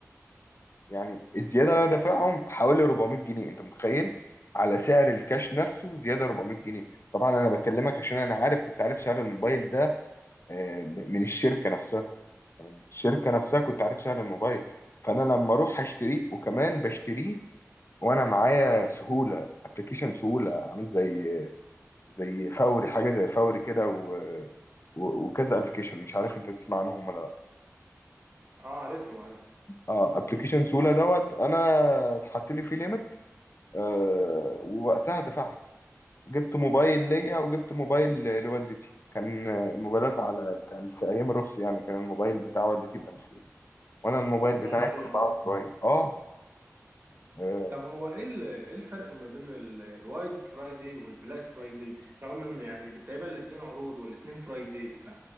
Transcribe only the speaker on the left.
يعني الزياده اللي انا دافعهم حوالي 400 جنيه انت متخيل على سعر الكاش نفسه زياده 400 جنيه طبعا انا بكلمك عشان انا عارف كنت عارف سعر الموبايل ده آه، م- من الشركه نفسها يعني من الشركه نفسها كنت عارف سعر الموبايل فانا لما اروح اشتريه وكمان بشتريه وانا معايا سهوله ابلكيشن سهوله عامل زي زي فوري حاجه زي فوري كده و... و- وكذا ابلكيشن مش عارف انت تسمع عنهم ولا
اه ابلكيشن سولا دوت انا اتحط لي فيه ليميت آه ووقتها دفعت جبت موبايل ليا وجبت موبايل ل- لوالدتي كان آه، موبايلات على كان في ايام الرخص يعني كان الموبايل بتاع والدتي ب 2000 وانا الموبايل بتاعي
ب 4 وشويه اه آه،